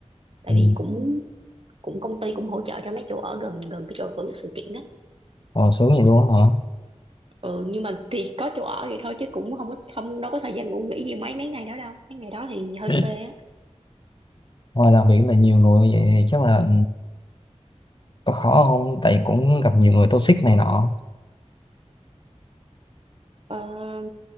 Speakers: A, on the right; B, on the left.
A: tại
B: ừ.
A: vì cũng cũng công ty cũng hỗ trợ cho mấy chỗ ở gần gần cái chỗ tổ chức sự kiện á
B: Ồ, sướng vậy luôn á
A: ừ nhưng mà thì có chỗ ở vậy thôi chứ cũng không có không đâu có thời gian ngủ nghỉ gì mấy mấy ngày đó đâu mấy ngày đó thì hơi
B: hả
A: phê
B: <laughs>
A: á
B: ngoài làm việc là nhiều người vậy thì chắc là ừ, có khó không tại cũng gặp nhiều người toxic này nọ
A: Ờ,